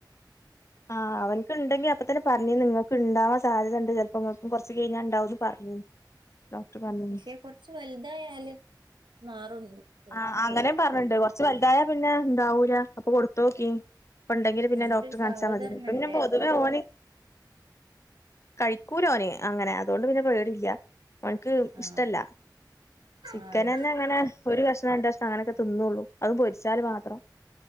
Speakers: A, on the left; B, on the right.
A: ആഹ് അവനക്ക്ണ്ടെങ്കി അപ്പ തന്നെ പറഞ്ഞേനു നിങ്ങൾക്ക് ഉണ്ടാവാൻ സാധ്യതുണ്ട് ചിലപ്പോങ്ങൾക്കും കൊറച്ച് കഴിഞ്ഞാ ഉണ്ടാവന്ന് പറഞ്ഞ ഡോക്ട് <unintelligible>
B: പക്ഷെ കുറച്ച് വലുതായല് മാറുന്നു
A: ആഹ അങ്ങനേ പറഞ്ഞിണ്ട് കൊറച്ച് വലുതായ പിന്നെ ഇണ്ടാവൂല അപ്പൊ കൊടുത്തു നോക്കി ഉണ്ടെങ്കില് പിന്നെ
B: ആഹ് എന്റെ
A: ഡോക്ടർ
B: ഒരു
A: കാണിച്ചാൽ
B: സഹോദരൻ
A: മതി പിന്നെ
B: ഉണ്ടായിരുന്നു
A: പൊതുവെ
B: അപ്പൊ
A: ഓന് കഴിക്കൂലോനെ അങ്ങനെ അതുകൊണ്ട് പിന്നെ പേടില്ല അവനക്ക് ഇഷ്ടല്ല
B: ആഹ്
A: ചിക്കൻ
B: ആഹ്
A: തന്നെ അങ്ങനെ ഒരു കഷ്ണംം രണ്ട് കഷ്ണം അങ്ങനൊക്കെ തിന്നള്ളൂ അത് പൊരിച്ചാൽ മാത്രം